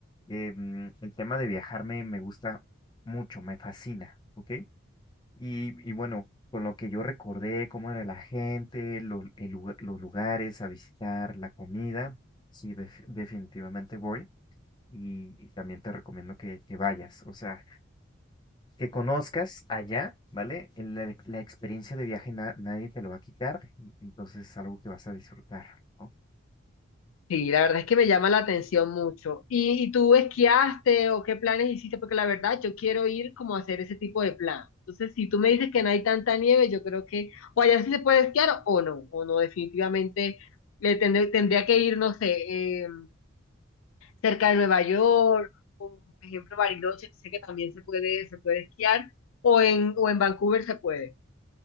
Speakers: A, on the left; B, on the left.
A: eh, mm, el tema de viajar me, me gusta mucho, me fascina, ¿ok? Y, y bueno, con lo que yo recordé, cómo era la gente, los, el lugar- los lugares a visitar, la comida, sí, def- definitivamente voy. Y, y también te recomiendo que, que vayas, o sea, que conozcas allá, ¿vale? El- La, la experiencia de viaje na- nadie te lo va a quitar, y- entonces es algo que vas a disfrutar, ¿no?
B: Sí, la verdad es que me llama la atención mucho. ¿Y, y tú esquiaste o qué planes hiciste? Porque la verdad yo quiero ir como a hacer ese tipo de plan. Entonces, si tú me dices que no hay tanta nieve, yo creo que o allá sí se puede esquiar o no, o no, definitivamente le tendré- tendría que ir, no sé, eh, cerca de Nueva York, o por ejemplo Bariloche, que sé que también se puede, se puede esquiar, o en, o en Vancouver se puede.